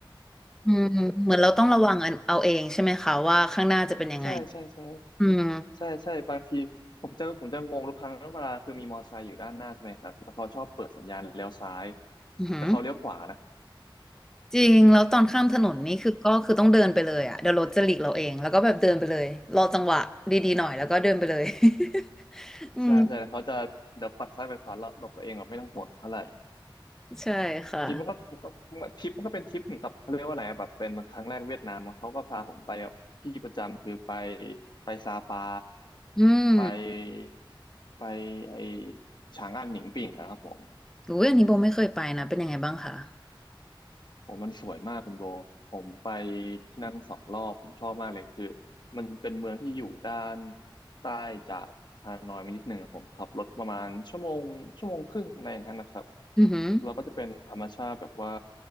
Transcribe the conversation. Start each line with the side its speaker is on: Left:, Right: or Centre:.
Centre: อืมเหมือนเราต้องระวังเอาเองใช่ไหมคะว่าข้างหน้าจะเป็นยังไง
Left: ใช่ใช่ใช่
Centre: อืม
Left: ใช่ใช่บางทีผมจะผมจะงงทุกครั้งเวลาคือมีมอเตอร์ไซค์อยู่ด้านหน้าใช่ไหมครับแล้วเขาชอบเปิดสัญญาณเลี้ยวซ้าย
Centre: อือหือ
Left: แต่เขาเลี้ยวขวานะ
Centre: จริงแล้วตอนข้ามถนนนี่คือก็คือต้องเดินไปเลยอ่ะเดี๋ยวรถจะหลีกเราเองแล้วก็แบบเดินไปเลยรอจังหวะดีๆหน่อยแล้วก็เดินไปเลย <laughs> อืม
Left: ใช่ใช่แล้วเขาจะเดี๋ยวปัดซ้ายไปขวาแล้วหลบตัวเองแบบไม่ต้องห่วงเท่าไหร่
Centre: ใช่ค่ะ
Left: ทริปมันก็มันก็ทริปมันก็เป็นทริปเหมือนกับเขาเรียกว่าอะไรอะแบบเป็นครั้งแรกเวียดนามอะเขาก็พาผมไปแบบที่ประจำคือไปไปซาปา
Centre: อืม
Left: ไปไปไอฉางอันหนิงปิ่งอะครับผม
Centre: อุ้ยอันนี้โบไม่เคยไปนะเป็นยังไงบ้างคะ
Left: ผมมันสวยมากคุณโบผมไปที่นั่นสองรอบผมชอบมากเลยคือมันเป็นเมืองที่อยู่ด้านใต้จากฮานอยมานิดหนึ่งอะผมขับรถประมาณชั่วโมงชั่วโมงครึ่งอะไรอย่างนั้นนะครับ
Centre: อือหือ
Left: เราก็จะเป็นธรรมชาติแบบว่า